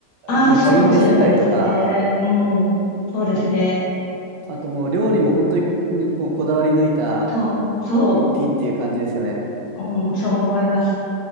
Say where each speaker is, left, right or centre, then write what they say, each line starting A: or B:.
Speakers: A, on the left; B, on the right.
A: ああ、
B: もう自分でしてたりとか、
A: そうかもしれないですね。うん、そうですね。
B: あと、あともう料理も本当にこうこだわり抜いた
A: そう、そ
B: 一品っていう感じですよね。
A: う、うん、そう思います。